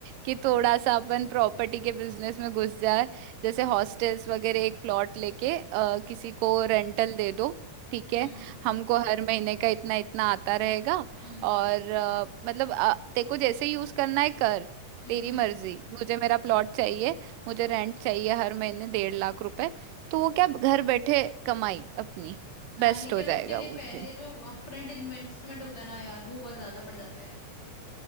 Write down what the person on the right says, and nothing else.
कि थोड़ा सा अपन प्रॉपर्टी के बिजनेस में घुस जाए
जैसे हॉस्टल्स वगैरह एक प्लॉट लेके अ,
किसी को रेंटल दे दो ठीक
है
हमको हर महीने का इतना इतना आता रहेगा
और अ, मतलब अ, तेको जैसे यूज करना है कर
तेरी
मर्जी मुझे मेरा प्लॉट चाहिए मुझे
रेंट चाहिए हर महीने डेढ़ लाख रुपए तो
वो क्या घर बैठे कमाई अपनी
बेस्ट
हो जाएगा
वो
फिर